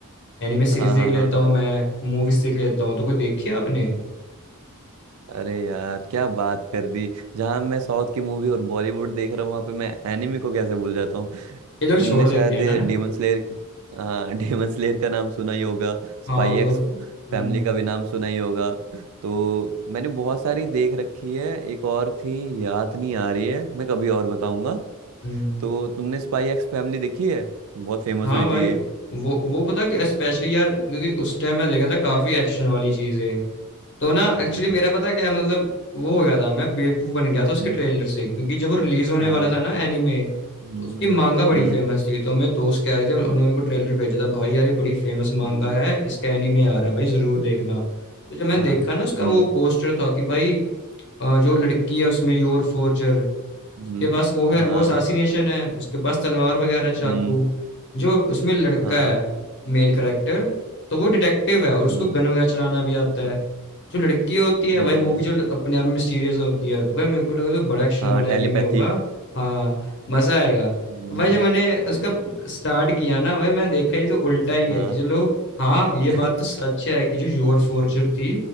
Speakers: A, on the left (about 50°); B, on the right (about 70°).
A: एनिमे सीरीज
B: हाँ
A: देख
B: हाँ
A: लेता
B: हाँ
A: हूँ मैं मूवीज देख लेता हूँ तो कोई देखी है आपने
B: अरे यार क्या बात कर दी जहां मैं साउथ की मूवी और बॉलीवुड देख रहा हूँ वहां पे मैं एनिमे को कैसे भूल जाता हूँ
A: ये लोग
B: तुमने
A: छोड़
B: शायद
A: देते हैं ना
B: डेमन स्लेयर हाँ <laughs> डेमन स्लेयर का नाम सुना ही होगा स्पाई
A: हाँ हाँ वो
B: एक्स
A: तो हम्म
B: फैमिली का भी नाम सुना ही होगा तो मैंने बहुत सारी देख रखी है एक और थी याद नहीं आ रही है मैं कभी और बताऊंगा
A: हम्म
B: तो तुमने स्पाई एक्स फैमिली देखी है बहुत फेमस
A: हाँ
B: हुई
A: भाई
B: थी ये
A: वो वो पता कि स्पेशली यार क्योंकि उस टाइम मैं देखा था काफी एक्शन वाली चीजें तो ना
B: हम्म
A: एक्चुअली मेरा पता क्या मतलब वो हो गया था मैं बेवकूफ़ बन गया था उसके
B: हम्म
A: ट्रेलर से क्योंकि जब वो रिलीज होने
B: हाँ,
A: वाला था ना एनीमे
B: हम्म
A: तो उसकी
B: हम्म
A: मांगा बड़ी
B: हम्म
A: फेमस थी तो मेरे दोस्त कह रहे थे उन्होंने मेरे को ट्रेलर भेजा था भाई यार ये बड़ी फेमस मांगा
B: <laughs>
A: है इसका एनीमे आ रहा है भाई ज़रूर
B: हम्म,
A: देखना तो जब मैंने
B: हाँ,
A: देखा ना उसका
B: हम्म
A: वो पोस्टर था कि भाई अ, जो लड़की है उसमें योर फोर्जर
B: हम्म
A: उसके पास वो है
B: हाँ
A: वो असासिनेशन है उसके पास तलवार वगैरह चाकू
B: हम्म
A: जो उसमें लड़का
B: हाँ
A: है मेल करेक्टर तो वो डिटेक्टिव है और उसको
B: हम्म
A: गन वगैरह चलाना भी आता
B: हाँ,
A: है जो लड़की होती है
B: हम्म
A: भाई वो भी जो अपने आप में मिस्टीरियस होती है तो भाई मेरे को लगा तो बड़ा एक्शन
B: हाँ
A: वाला
B: टेलीपैथी
A: एनिमे होगा हाँ मजा आएगा तो
B: हम्म
A: भाई जब मैंने उसका स्टार्ट किया ना भाई मैंने देखा ये तो उल्टा ही है
B: हाँ
A: कि चलो हाँ ये
B: <laughs>
A: बात तो सच है कि जो योर फोर्जर थी